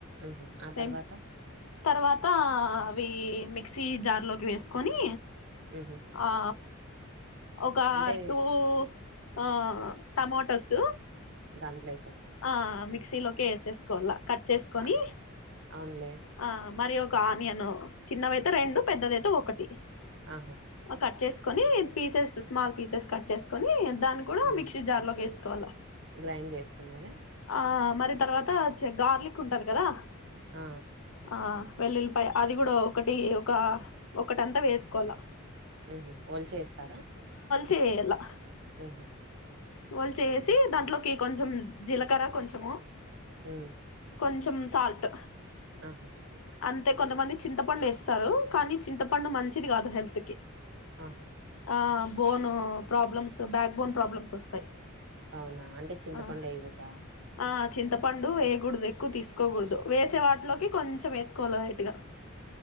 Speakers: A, on the right; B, on the left.
A: ఉ ఆ
B: సేమ్
A: తర్వాత
B: తర్వాత అవి మిక్సీ జార్లోకి వేసుకొని
A: హుహు.
B: ఆ ఒక
A: అంటే
B: టూ ఆ టమటస్
A: దాంట్లో
B: ఆ మిక్సీలోకి వేసేసుకోవాలా, కట్ చేసుకొని
A: అ అవునులే.
B: ఆ మరి ఒక కానియను చిన్నవైతే రెండు, పెద్దదైతే ఒకటి
A: ఆహా
B: కట్ చేసుకుని పీసెస్, స్మాల్ పీసెస్ కట్ చేసుకుని దాన్ని కూడా
A: ఆ!
B: మిక్సీ జార్ లోకి వేసుకోవాలా
A: గ్రైండ్ చేసుకునేదా?
B: ఆ మరి తర్వాత చె గార్లిక్ ఉంటది కదా
A: ఆ
B: ఆ వెల్లుల్లిపాయ అది కూడా ఒకటి, ఒక ఒకటంతా వేసుకోవాలి.
A: ఉహ ఓలు చేస్తారా
B: చేయలా
A: ఉహా
B: వాళ్ళు చేసి దాంట్లోకి కొంచెం జీలకర్ర కొంచము
A: ఉ
B: కొంచెం సాల్ట్
A: ఆహా
B: అంతే కొంతమంది చింతపండు వేస్తారు. కానీ చింతపండు మంచిది కాదు హెల్త్ కి.
A: ఆ హ్
B: ఆ bone problems backbone problems వస్తాయి
A: అవునా అంటే చింతపండు
B: ఆ
A: వయ్యకూడదా
B: ఆ చింతపండు ఎయగూడదు ఎక్కువ తీసుకోకుడదు. వేసే వాటిలోకి
A: ఆ!
B: కొంచెం వేస్ కొ లైట్ గా